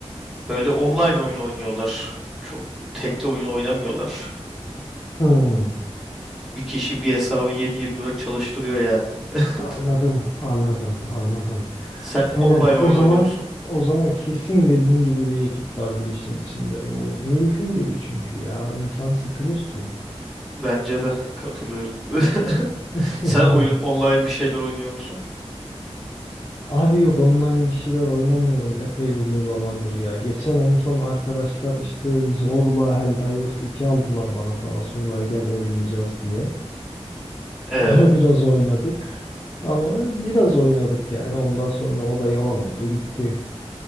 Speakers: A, in the centre; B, on the left.
A: böyle online oyun oynuyorlar çok tekli oyun oynamıyorlar
B: Hmm,
A: bir kişi bir hesabı yedi yirmi dört çalıştırıyor yani <laughs>
B: anladım, anladım, anladım.
A: sen
B: Aynen
A: online
B: o
A: oyun
B: zaman
A: oynuyorsun
B: o zaman kesin dediğin gibi bir ekip vardır işin içinde. O mümkün değil çünkü ya insan sıkılır ki.
A: bence de katılıyorum <laughs>
B: <laughs> Yani
A: sen oyun online bir şeyler oynuyor musun?
B: Abi yok online bir şeyler oynamıyorum epey uzun zamandır ya. Geçen en son arkadaşlar işte zorla Helldivers 2 aldılar bana sağ olsunlar gel oynayacağız diye.
A: Ee,
B: Onu biraz oynadık ama biraz oynadık yani ondan sonra o da yalan oldu gitti.